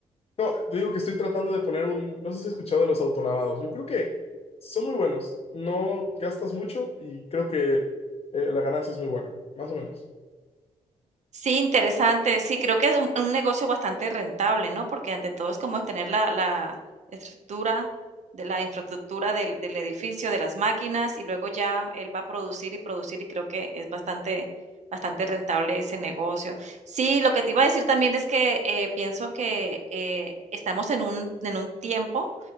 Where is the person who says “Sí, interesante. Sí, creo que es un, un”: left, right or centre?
Right